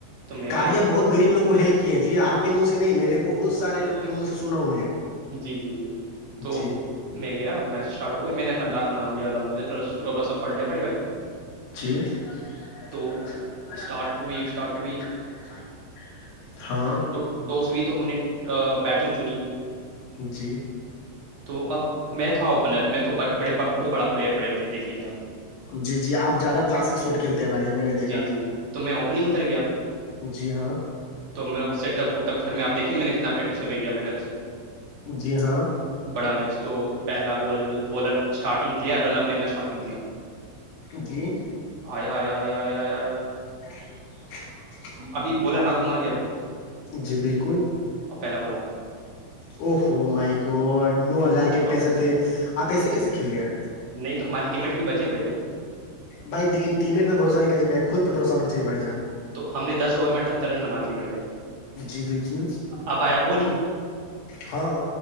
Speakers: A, on the right; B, on the left.
A: تو میں
B: کاریاں
A: گیا
B: بہت گغریب لووں کو ہیلپ کیے ہیں جی آپ کے منہ سے نہیں میں نے بہت سارےوگ کے منہ سے سنا ہوں میں
A: جی جی جی تو
B: جی
A: میں گیا میچ اسٹارٹ ہوئی میں نے اللہ کا نام لالم سٹوٹاا پڑ ل پڑے بھائی <inaudible>
B: مرے
A: تو اسٹارٹ
B: <inaudible>
A: ہوئی اسٹارٹ ہوئی
B: ہاں
A: ٹو ٹاس ہوئی تو ہم نے بیٹنگ چنی
B: جی
A: تو اب میں تھا اوپنر میں توڑ بہت بڑا پلیئر بڑے بھائی دیکھ لیجیے آپ
B: جی جی آپ زیادہ کلاسک سوٹ کھیلتے ہیں بھائی میں نے دیکھا
A: جی جی تو میں اوپنگ اتریا
B: جی ہاں
A: تو میں سیٹ اپ اوٹ اپ گھر میں آپ دیکھیے میں نے کتنا پریکٹس کر کے کیا میں گھر سے
B: جی ہاں
A: بڑا میچ تو پہلا بال بالر اسٹارٹنگ گل رن اپ لینر شارٹ کر دیا
B: جی
A: آ آ آ آ آ <inaudible>
B: <unintelligible>
A: ابھی بالر ہاتھ گھما
B: جی بالکل
A: اور پہلا ب آؤٹ
B: او ہو مائک نو ہزار کے
A: ہاں
B: پیسے تھے آپ ایسے
A: جی
B: کیسے کھیل گئے ہیں
A: نہیں تو ہماراری ٹیمٹ بھی بچیں بڑے بھائی
B: بائی دیکھی ٹیمٹ پہ بوسہ نہیں کر بھائی خود پہ بھروسہ ہونا چاہیے بھائی جان
A: تو ہم نے دس اوور میں اٹھتر رن بنا دییاے بڑے بھائی
B: جی بالکل
A: ابیا بولی
B: ہاں